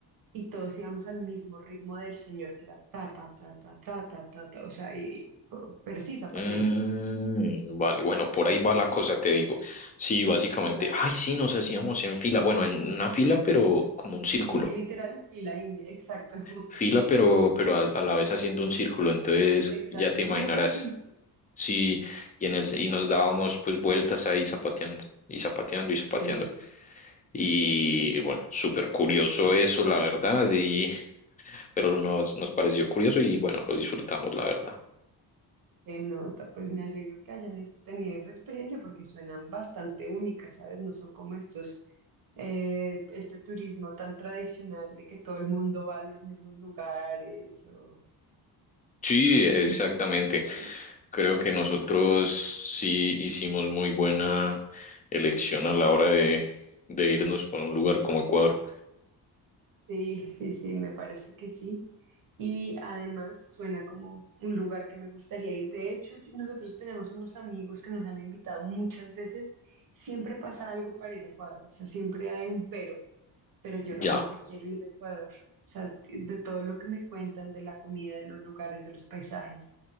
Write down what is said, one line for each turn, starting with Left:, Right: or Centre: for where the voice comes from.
Right: y todos íbamos al mismo ritmo del señor, que era ta, ta, ta, ta, ta, ta, ta, ta, o sea, y, pero sí zapateando.
Left: Mm, vale, bueno, por ahí va la cosa, te digo. Sí, básicamente,
Right: Claro.
Left: ay, sí, nos hacíamos en fila, bueno, en una fila, pero como un círculo.
Right: Ahí sí, literal, fila india, exacto, <laughs>
Left: Fila, pero, pero a, a la vez haciendo un círculo, entonces
Right: exacto,
Left: ya te
Right: como
Left: imaginarás.
Right: una serpientita
Left: Sí, y en el y nos dábamos pues vueltas ahí zapateando y zapateando y zapateando.
Right: que no.
Left: Y
Right: Sí, sí, sí, sí,
Left: bueno, súper curioso eso, la verdad, y <laughs> pero nos, nos pareció curioso y bueno, lo disfrutamos, la verdad.
Right: Qué nota, pues me alegro que hayan hecho- tenido esa experiencia porque suenan bastante únicas, ¿sabes? No son como estos, eh, este turismo tan tradicional de que todo el mundo va a los mismos lugares, o,
Left: Sí,
Right: ¿sabes?
Left: exactamente.
Right: Entonces, chévere.
Left: Creo que nosotros sí hicimos muy buena elección a la hora de, de irnos por un lugar como Ecuador.
Right: Sí, sí, sí, me parece que sí. Y además suena como un lugar que me gustaría ir. De hecho, yo- nosotros tenemos unos amigos que nos han invitado muchas veces. Siempre pasa algo para ir a Ecuador, o sea, siempre hay un pero, pero yo realmente
Left: Ya.
Right: quiero ir a Ecuador. O sea, t- de todo lo que me cuentan, de la comida, de los lugares, de los paisajes,